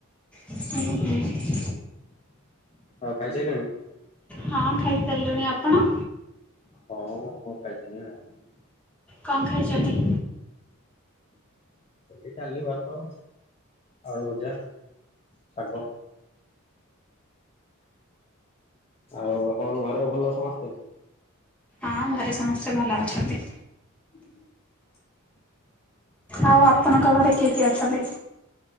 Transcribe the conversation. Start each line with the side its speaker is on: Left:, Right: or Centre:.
Centre: <inaudible>
Left: ଆଉ ଖାଇସାଇଲେଣି?
Centre: ହଁ ଖାଇସାରିଲିଣି। ଆପଣ?
Left: ହଁ ମୁଁ ଖାଇସାରିଲିଣି ଆଉ।
Centre: କଣ୍ ଖାଇଚନ୍ତି?
Left: ଏଇ ଡାଲି, ଭାତ, ଆଳୁ ଭଜା, ଶାଗ। ଆଉ ଆପଣଙ୍କ ଘରେ ଭଲ ସମସ୍ତେ?
Centre: ହଁ ଘରେ ସମସ୍ତେ ଭଲ ଅଛନ୍ତି।
Left: ହୁଁ <unintelligible>
Centre: ଆଉ ଆପଣଙ୍କ ଘରେ କିଏ କିଏ ଅଛନ୍ତି?